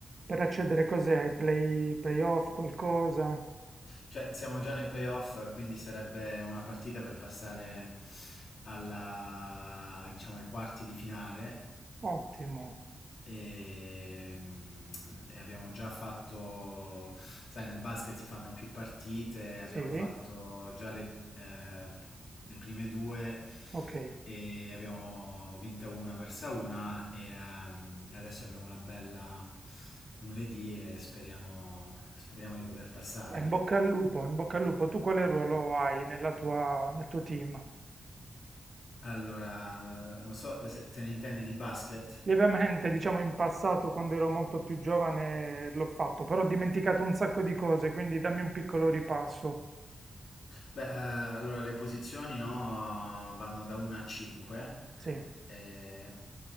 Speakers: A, on the right; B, on the left.
A: per accedere cos'è? Ai play, playoff, qualcosa?
B: Cioè, siamo già nei playoff, quindi sarebbe una partita per passare alla, diciamo, ai quarti di finale.
A: Ottimo,
B: E, e abbiamo già fatto, sai, nel basket si fanno più partite, abbiamo
A: sì,
B: fatto già le, eh, le prime due
A: ok.
B: e abbiamo vinta una, persa una e, ehm, e adesso abbiamo la bella lunedì e speriamo, speriamo di poter passare.
A: Beh, in bocca al lupo, in bocca al lupo. Tu quale ruolo hai nella tua, nel tuo team?
B: Allora, non so se te ne intendi di basket?
A: Lievemente, diciamo in passato, quando ero molto più giovane, l'ho fatto, però ho dimenticato un sacco di cose, quindi dammi un piccolo ripasso.
B: Beh, eh, allora le posizioni no, vanno da 1 a 5.
A: Sì.
B: eh,